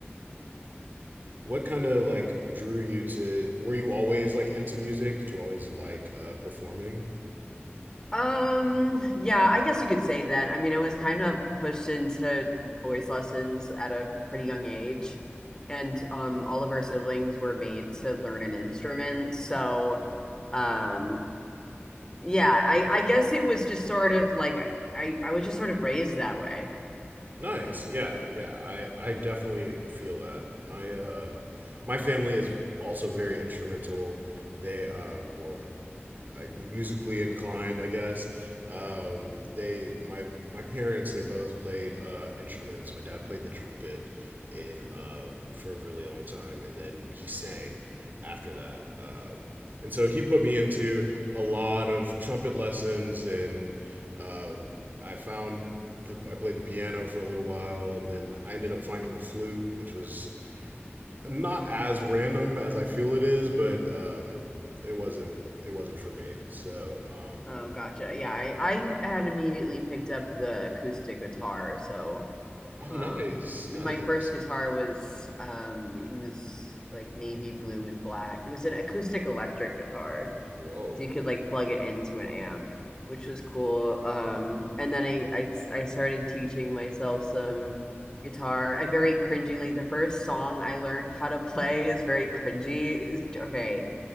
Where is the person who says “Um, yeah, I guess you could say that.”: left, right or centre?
Left